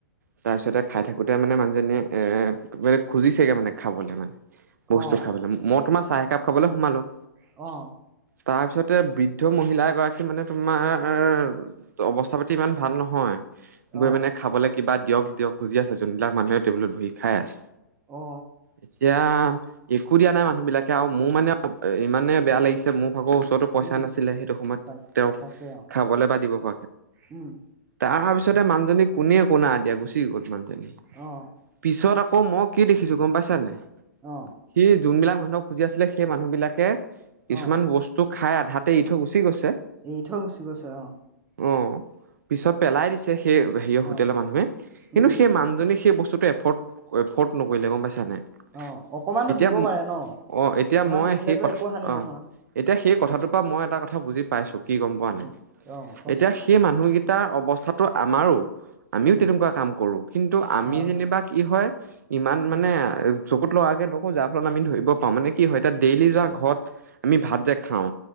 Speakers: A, on the right; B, on the right.
A: তাৰপিছতে, খাই থাকোতে মানে মানুহজনীয়ে এ বেলে খুজিছেগে মানে খাবলে মানে বস্তু
B: অ
A: খাবলৈ, মই তোমাৰ চাহ একাপ খাবলৈ সোমালো
B: অ',
A: তাৰপিছতে, বৃদ্ধ মহিলা এ গৰাকী মানে তোমাৰ অৱস্থা পাতি ইমান ভাল নহয়, গৈ
B: অ
A: পাননে খাবলৈ কিবা, দিয়ক দিয়ক গুজি আছে যোনবিলাক মানুহে টেবুলত বহি খাই আছে
B: অ
A: এতিয়া একো দিয়া নাই, মানুহ বিলাকে আৰু মোৰ মানে ইমানে বেয়া লাগিছে মোৰ ভা ত'তো পইচা
B: উম
A: নাছিলে, সেইটো সময়ত
B: তাক
A: তেওঁক
B: তাকে অ
A: খাবলৈ বা দিব প
B: উম,
A: তাৰপিছতে মানুহজনী কোনে কোনা এ দিয়া গুচি গ'ল মানুহজনী
B: অ',
A: পিছত আকৌ, মই কি দেখিছো গম পাইছানে
B: অ
A: সি যোনবিলাক মানুহক খুজি আছিলে সেই মানুহ বিিলাকে কিছুমান
B: অ
A: বস্তু তোৰ খাই আধাতে এৰি থৈ গুচি গৈছে।
B: এৰি থৈ গুচি গৈছে অ।
A: উম, পিছত পেলাই দিছে সেই হেৰিঅ হোটেলৰ
B: অ
A: মানুহে কিন্তু
B: উম
A: সেই মানুহজনী সেই বস্তুটো এফৰ্ড এফৰ্দ নকৰিলে গম পাইছা নাই?
B: অ অকমানতো
A: এতিয়া
B: দিব
A: ম
B: পাৰে ন
A: অ এতিয়া
B: অকমান
A: মই
B: দি দিলেতো
A: সেই কথা
B: একো হানি
A: অ
B: নহয়
A: এতিয়া সেই কথাটোৰ
B: উম
A: পৰা মই এটা কথা বুজি পাইছো কি গম পোৱা নাই?
B: উম অ কোৱাচোন
A: এতিয়া সেই মানুহগিটাৰ অৱস্থাটো আমাৰো আমিও
B: উম
A: তেনেকুৱা কাম কৰো কিন্তু আমি
B: হয়
A: যেনিবা
B: হয়
A: কি হয় ইমান
B: উম
A: মানে চকুত লগাকে দেখো যাৰ ফলত আমি ধৰিব পাওঁ মানে কি হয় এতিয়া ডেইলি যোৱা
B: উম
A: ঘৰত আমি ভাত যে খাওঁ